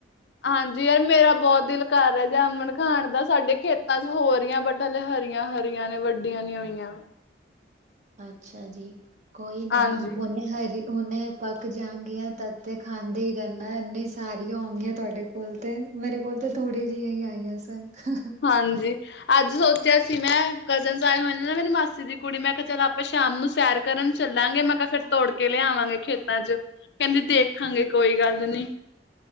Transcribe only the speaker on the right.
ਅੱਛਾ ਜੀ, ਕੋਈ ਨਾ
ਹੁਨ ਹਰੀ ਹੁਨੇ ਪੱਕ ਜਾਂਗੀਆਂ ਤਦ ਤੇ ਖਾਂਦੇ ਈ ਰਹਿੰਨਾ ਇੰਨੇ ਸਾਰੀਆਂ ਹੋਨਗੀਆਂ ਤੁਹਾਡੇ ਕੋਲ ਤੇ ਮੇਰੇ ਕੋਲ ਤੇ ਥੋੜੇ ਜਈਆਂ ਈ ਆਈਆਂ ਸਨ, ਹ-ਹ